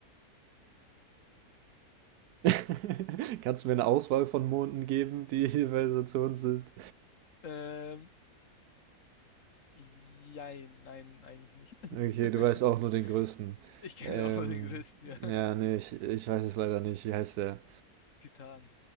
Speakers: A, on the right (about 85°); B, on the left (about 55°).
A: <laughs> Kannst du mir eine Auswahl von Monden geben, die jeweils dazu uns sind?
B: Ähm, jein, nein, eigentlich nicht.
A: Okay, du
B: <laughs>
A: weißt auch nur den größten.
B: Ich kenne
A: Ähm,
B: auch nur den größten, ja. <laughs>
A: ja, nee, ich, ich weiß es leider nicht. Wie heißt der?
B: Titan.